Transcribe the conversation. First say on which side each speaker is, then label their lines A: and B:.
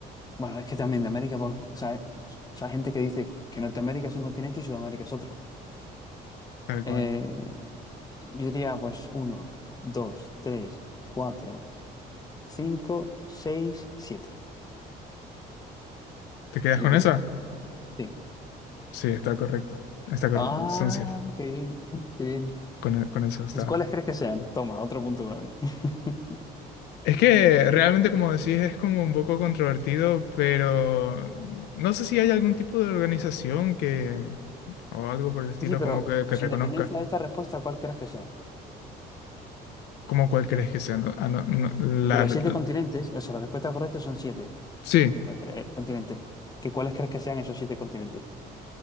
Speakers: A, on the left; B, on the left.
A: Bueno, es que también de América, pues, o sea, o sea, hay gente que dice que Norteamérica es un continente y Sudamérica es otro.
B: tal
A: Eh,
B: cual.
A: yo diría, pues, uno, dos, tres, cuatro, cinco, seis, siete.
B: ¿Te quedas
A: ¿Qué
B: con
A: crees?
B: esa?
A: Sí.
B: Sí, está correcto. Está correcto.
A: Ah,
B: Son siete
A: qué bien, <laughs> qué bien.
B: Con, e- con eso está,
A: ¿Y cuáles crees que sean? Toma, otro punto para mí. <laughs>
B: Es que realmente, como decís, es como un poco controvertido, pero no sé si hay algún tipo de organización que, o algo por el estilo,
A: Sí, sí,
B: como
A: pero,
B: que, que
A: o sea,
B: reconozca,
A: en dependencia de esta respuesta, ¿cuál crees que sea?
B: como cuál crees que sea. No- ah, no- no, la,
A: De los
B: la-
A: siete continentes, o sea, la respuesta correcta son siete
B: sí.
A: eh, eh, eh, continentes. ¿Qué, cuáles crees que sean esos siete continentes?